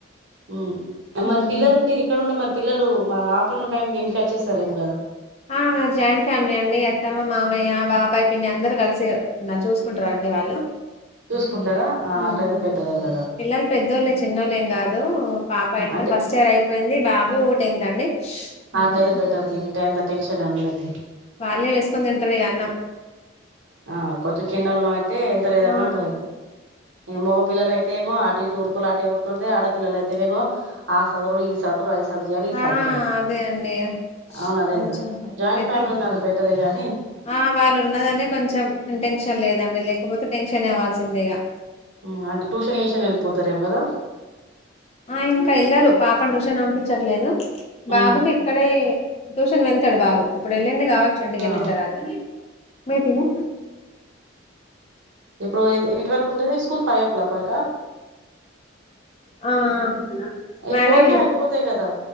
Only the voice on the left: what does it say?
ఉమ్.
ఆ మాద్ జాయింట్ ఫ్యామిలీ అండి. అత్తమ్మ, మామయ్య, బాబాయ్, పిన్ని, అందరు గలసేవ్ ఇగా జూస్ కుంట్రా అండి వాళ్ళు
ఉమ్.
పిల్లలు పెద్దొళ్ళే చిన్నోళ్ళేం కాదు, పాప ఇంటర్
ఫస్ట్ ఇయర్ అయిపోయింది, బాబు టెన్త్. అండి
ఉమ్.
వాళ్ళే ఏసుకొని తింటరు ఇగా అన్నం.
ఆ
ఆ
అదే అండి
కొంచెం
పెద్దలు
ఆ వాళ్ళు ఉన్నదనే కొంచెం ఇన్టెన్షన్ లేదండి. లేకపోతే టెన్షన్ అవ్వాల్సిందే ఇగా
ఆ ఇంకా ఎలారు. పాప ట్యూషన్ అంపించట్లేదు బాబుకి
ఇక్కడే దుష్ కన్ వెళ్తాడు బాబూ ఇప్పుడు ఏళ్ళిండు గావచ్చు ఇంటిక్
ఏళ్ళిన్ తర్వాత మీటింగ్
ఆ ఆ
మేడం